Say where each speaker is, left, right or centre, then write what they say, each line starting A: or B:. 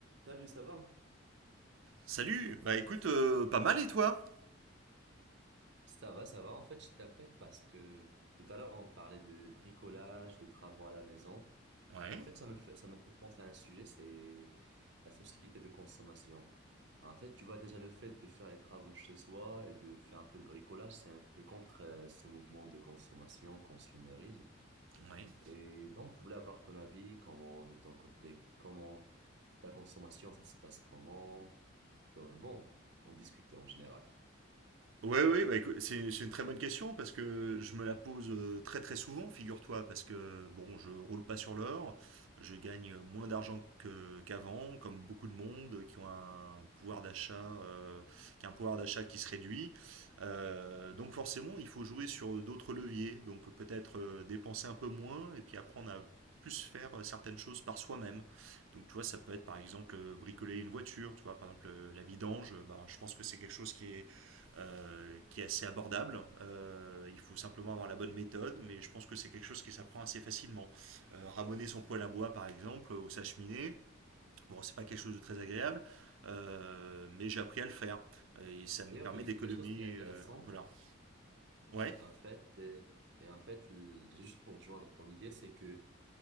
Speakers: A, on the right; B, on the right.
A: Salut, ça va?
B: Salut, bah écoute, euh, pas mal et toi
A: Ça va, ça va. En fait, je t'appelle parce que tout à l'heure, on parlait de bricolage, de travaux à la maison.
B: Ouais,
A: En fait, ça me fait, ça me fait penser à un sujet, c'est la société de consommation. En fait, tu vois déjà le fait de faire les travaux chez soi et de faire un peu de bricolage, c'est un peu contre euh, ce mouvement de consommation, consumérisme.
B: ouais.
A: Et donc, je voulais avoir ton avis, comment, de ton côté, comment ta consommation, ça se passe comment? Bon, on discutait en général.
B: Ouais, ouais, bah, écoute, c'est c'est une très bonne question parce que je me la pose euh, très très souvent, figure-toi, parce que bon, je roule pas sur l'or, je gagne moins d'argent que- qu'avant, comme beaucoup de monde qui ont un pouvoir d'achat, euh, qui a un pouvoir d'achat qui se réduit. Euh, donc forcément, il faut jouer sur d'autres leviers, donc peut-être euh, dépenser un peu moins et puis apprendre à plus faire euh, certaines choses par soi-même. Donc tu vois, ça peut être par exemple euh, bricoler une voiture, tu vois, par exemple euh, la vidange, bah, je pense que c'est quelque chose qui est euh, qui est assez abordable. Euh, il faut simplement avoir la bonne méthode, mais je pense que c'est quelque chose qui s'apprend assez facilement. Euh, ramoner son poêle à bois, par exemple, ou sa cheminée, bon, c'est pas quelque chose de très agréable, euh, mais j'ai appris à le faire. Et ça me
A: D'ailleurs,
B: permet
A: tu as dit
B: d'économiser.
A: quelque chose qui est intéressant.
B: euh, voilà. Ouais.
A: En fait, euh, et en fait, l- juste pour rejoindre ton idée, c'est que